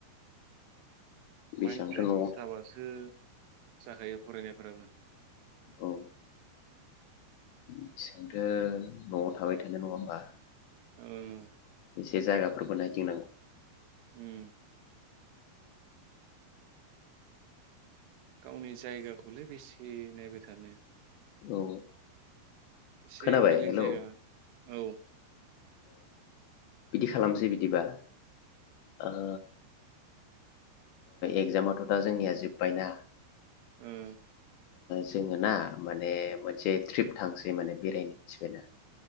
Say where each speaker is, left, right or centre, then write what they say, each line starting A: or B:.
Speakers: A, on the left; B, on the right.
A: बेसेबांथ'
B: माइन्ड फ्रेस
A: न'आव
B: जाबासो जाखायो फरायनायफ्राबो।
A: उम। बेसोंथ' न'आव थाबाय थानो नङा होमबा।
B: औ।
A: एसे जायगाफोरबो नायदिंनांगौ।
B: उम। गावनि जायगाखौलाय बेसे नायबाय थानो
A: औ
B: एसे
A: खोनाबाय
B: बेलेग
A: हेलौ
B: जायगा औ।
A: बिदि खालामसै बिदिबा ओ एगजामाथ' दा जोंनिया जोब्बायना।
B: ओम
A: जोङो ना माने मोनसे ट्रिप थांसै माने बेरायनो मिथिबायना।